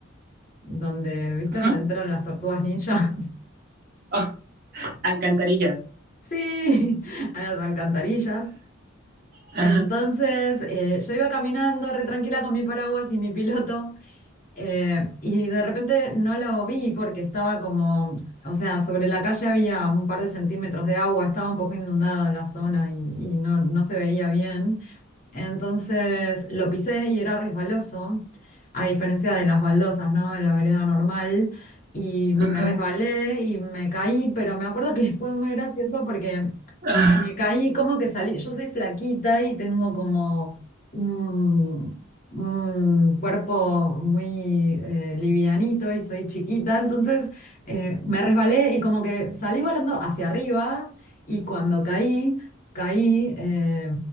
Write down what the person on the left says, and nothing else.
donde, ¿viste?
Donde entran las tortugas ninja. <laughs>
Sí, a las alcantarillas.
Entonces, eh, yo iba caminando re tranquila con mi paraguas y mi piloto Eh, y de repente no lo vi porque estaba como, o sea, sobre la calle había un par de centímetros de agua, estaba un poco inundada la zona y, y no, no se veía bien. Entonces lo pisé y era resbaloso, a diferencia de las baldosas, ¿no? De la vereda normal. Y me
resbalé y me caí, pero me acuerdo que <laughs> fue muy gracioso porque
me caí como que salí, yo soy flaquita y tengo como un, un cuerpo muy eh, livianito y soy chiquita, entonces eh, me resbalé y como que salí volando hacia arriba y cuando caí, caí, eh,